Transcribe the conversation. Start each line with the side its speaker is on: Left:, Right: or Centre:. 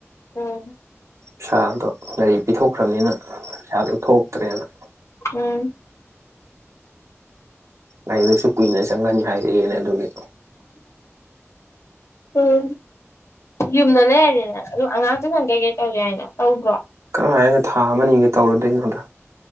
Left: ꯎꯝ
Right: ꯄꯩꯁꯥꯗꯣ ꯒꯥꯔꯤ ꯄꯤꯊꯣꯛꯈ꯭ꯔꯕꯅꯤꯅ ꯄꯩꯁꯥꯗꯨ ꯊꯣꯛꯇ꯭ꯔꯦꯅ
Left: ꯎꯝ
Right: ꯒꯥꯔꯤꯗꯨꯁꯨ ꯀꯨꯏꯅ ꯆꯪꯒꯅꯤ ꯍꯥꯏꯔꯛꯑꯦꯅ ꯑꯗꯨꯒꯤ
Left: <inaudible> ꯎꯝ ꯌꯨꯝꯗ ꯂꯩꯔꯅꯤꯅ ꯑꯗꯨ ꯑꯉꯥꯡ ꯇꯨꯏꯁꯟ ꯀꯩꯀꯩ ꯇꯧ ꯌꯥꯏꯅ ꯇꯧꯗ꯭ꯔꯣ
Right: ꯀꯥꯏꯗꯒꯤ ꯊꯥ ꯑꯃꯅꯤꯒ ꯇꯧꯔꯨꯗꯣꯏꯅꯣꯗ